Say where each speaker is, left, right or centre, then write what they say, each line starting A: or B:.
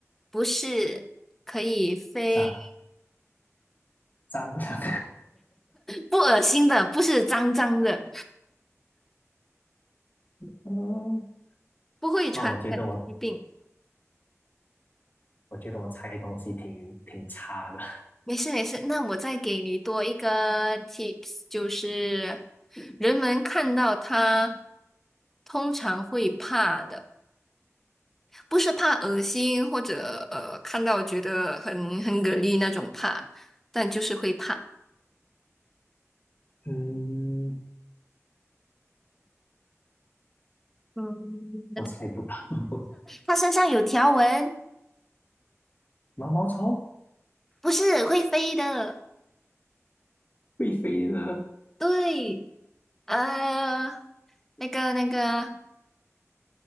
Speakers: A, in the centre; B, on the left.
A: 不是可以飞，
B: 蟑蟑螂。
A: 不恶心的，不是脏脏的，
B: <laughs> 嗯，
A: 不会传染疾病。
B: 哇，我觉得我我觉得我猜东西挺挺差的。
A: 没事没事，那我再给你多一个 tips，就是人们看到它通常会怕的。不是怕恶心或者呃看到觉得很很给力那种怕，但就是会怕。
B: <laughs> 嗯，
A: 嗯，
B: 我猜不到，<laughs>
A: 它身上有条纹，
B: 毛毛虫？
A: 不是会飞的。
B: 会飞的。
A: 对，呃，那个那个，